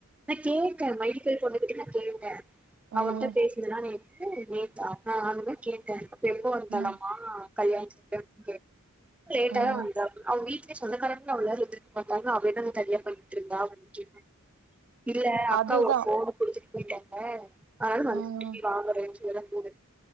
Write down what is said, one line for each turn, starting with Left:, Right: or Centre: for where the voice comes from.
Centre: நா கேட்ட மைல்க்கல் பொண்ணு கிட்ட நா கேட்டே
Right: ம்
Centre: அவகிட்ட பேசுனதானே கு நேத்து அதா நானுமே கேட்ட எப்போ வந்தாளாமா
Right: ம்
Centre: கல்யாணத்துக்கு போய் <unintelligible> லேட்டா
Right: ம்
Centre: தா வந்தா அவங்க வீட் லே சொந்தக்காரங்க அவளலா வந்து இருக்க மாட்டாங்க அவளே தா தனியா பண்ணிட்டூ இருந்தாப்ப இல்ல அக்கா
Right: அதுதான்
Centre: வோட ஃபோன் கூடுத்துட்டு போயிட்டாங்க அதுனால வந்துட்டு
Right: ம்
Centre: திருப்பி வாங்குறேன்னு சொல்லி தா போது